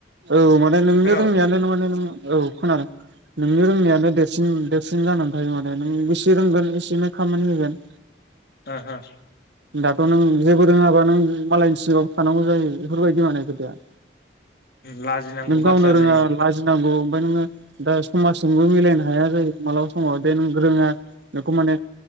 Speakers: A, on the right; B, on the left.
A: औ माने नोंनि
B: खोनाबाय
A: रोंनायानो माने नों औ खोनादों नोंनि रोंनायानो देरसिन-देरसिन जानानै थायो माने नों बेसे रोंगोन एसेनो खामानि होगोन ।
B: हो-हो
A: दाथ' नों जेबो रोङाबा नों मालायनि सिगाङाव थानांगौ जायो बेफोरबायदि माने खोथाया ।
B: लाजिनांगौ
A: नों गावनो
B: बाथ्रा
A: रोङा
B: जायो
A: लाजिनांगौ नोङो दा समाजजोंबो मिलायनो हाया जायो मालाबा समाव दे नों रोङा नोंखौ माने